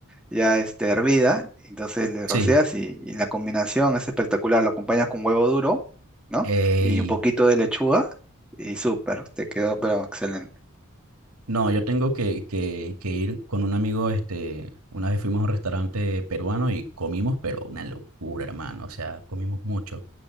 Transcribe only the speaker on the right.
sí.
Ey,
no, yo tengo que, que, que ir con un amigo, este, una vez fuimos a un restaurante peruano y comimos, pero una locura, hermano, o sea, comimos mucho.